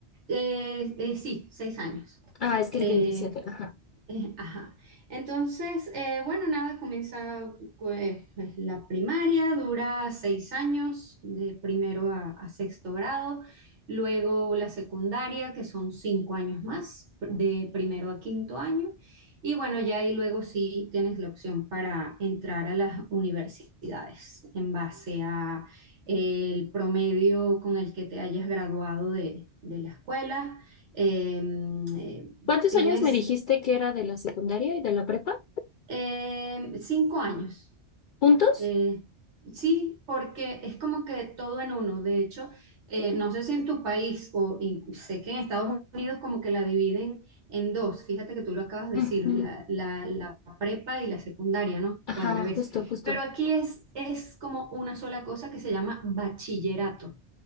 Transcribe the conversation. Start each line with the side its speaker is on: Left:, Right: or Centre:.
Right: eh, eh, sí, seis años.
Left: Ah, es que
Right: Eh,
Left: el 27, ajá.
Right: eh, Ajá. Entonces, eh, bueno, nada, comienza pues, la primaria, dura seis años, de primero a, a sexto grado, luego la secundaria, que son cinco años más, de primero a quinto año, y bueno, ya ahí luego sí tienes la opción para entrar a las universidades en base a el promedio con el que te hayas graduado de, de la escuela. Em, eh,
Left: ¿Cuántos
Right: tienes
Left: años me dijiste que era de la secundaria y de la prepa?
Right: eh, cinco años.
Left: ¿Juntos?
Right: Eh, sí, porque es como que todo en uno. De hecho, eh, no sé si en tu país o in- sé que en Estados Unidos como que la dividen en dos. Fíjate que tú lo acabas de decir,
Left: Ujú.
Right: la, la- la prepa y la secundaria, ¿no?
Left: Ajá,
Right: O al revés.
Left: justo, justo.
Right: Pero aquí es, es como una sola cosa que se llama bachillerato.